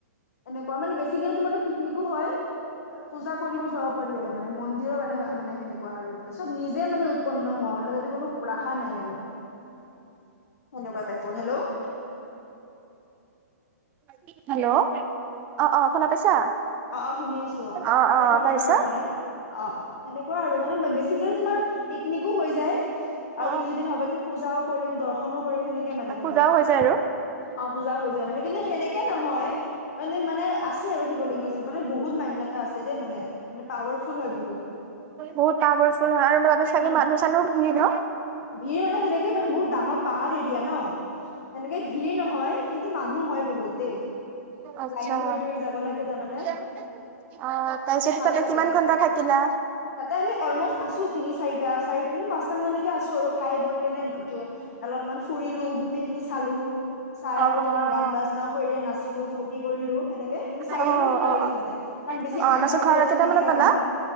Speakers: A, on the left; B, on the right.
A: এনেকুৱা মানে বেছিকে তো পিকনিকো হয়। আৰু পূজা কৰিব যাব পাৰি আৰু মানে মন্দিৰৰ কাৰণে মানে সেনেকুৱা আৰু মানে চব নিজে মানে উৎপন্ন হোৱা। মানে যদি কোনো ৰাখা নাই আৰু সেনেকুৱা টাইপৰ, হেল্ল'। <inaudible>
B: <unintelligible> হেল্ল' অ', অ', শুনা পইছা?
A: অ শুনি আছো মানে
B: অ',
A: সেনেকুৱা
B: অ',
A: ধৰণৰ
B: তাৰপিছত?
A: আৰু মানে অ- অ সেনেকুৱা আৰু মানে বেছি তিগাৰে তোমাৰ পিকনিকো হৈ যায়,
B: অ
A: আৰু তুমি যদি ভাবা যে পুজাও কৰিম, দৰ্শনো কৰিম। সেনেকে, মানে,
B: অ পূজাও
A: আৰু,
B: হৈ যায় আৰু
A: অ' পূজা হৈ যায়, মানে। কিন্তু, সেনেকে নহয়। হয়, মানে, মানে আছে, আৰু শিৱলিংগ। মানে, বহুত মান্যতা আছে দেই। মানে, বহুত পাৱাৰফুল হয় বহুত।
B: বহুত পাৱাৰফুল হয় আৰু তাতে চাগে
A: উম,
B: মানুহ চানুহ ভিৰ ন অ
A: ভিৰ মানে, সেনেকে মানে বহুত ডাঙৰ পাহাৰ এৰিয়া, ন? সেনেকে ভিৰ নহয়, কিন্তু মানুহ হয় বহুত দেই।
B: আচ্ছা
A: লাইন ধৰি ধৰি যাব লাগে, তাৰমা
B: অ, তাৰছিত
A: ভাল
B: তাতে
A: লাগে
B: কিমান
A: মানে
B: ঘণ্টা থাকিলা?
A: তাতে আমি অলমষ্ট আছো তিনি-চাৰিটাৰ পৰা চাৰি-পাঁচটালৈকে আছোঁ, আৰু খাই-বৈ কেনে <unintelligible> অলপমান ফুৰিলোঁ, গোটেইখিনি চালোঁ-চাই।
B: অ',
A: আৰু
B: অ'। অ',
A: তোমাৰ গান-বাজনাও কৰিলে, নাচ <unintelligible> ফূৰ্তি কৰিলোঁ। সেনেকে আমি চাৰিটামানত
B: অ',
A: ওলাই আহিছোঁ,
B: অ',
A: মানে, কাৰণ
B: তাৰপিছত
A: বেছি আন্ধাৰলৈ
B: ঘৰ
A: অচিনাকি
B: কেইটামানত
A: জাগা,
B: পালা?
A: ন।